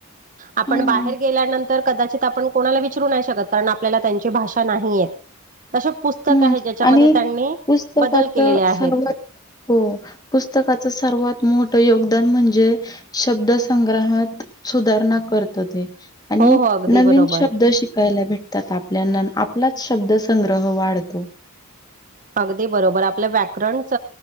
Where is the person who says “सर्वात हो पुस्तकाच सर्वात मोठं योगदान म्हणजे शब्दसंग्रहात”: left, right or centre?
Left